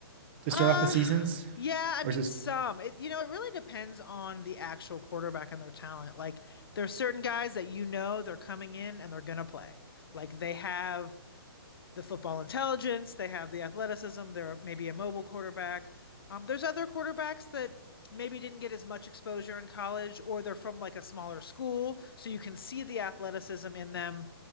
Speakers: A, on the right; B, on the left.
A: to
B: Uh,
A: start off the seasons?
B: yeah, I
A: Or
B: mean,
A: is this
B: some. It, you know, it really depends on the actual quarterback and their talent. Like, there are certain guys that you know they're coming in and they're gonna play. Like, they have the football intelligence, they have the athleticism, they're maybe a mobile quarterback. Um, there's other quarterbacks that maybe didn't get as much exposure in college or they're from like a smaller school, so you can see the athleticism in them,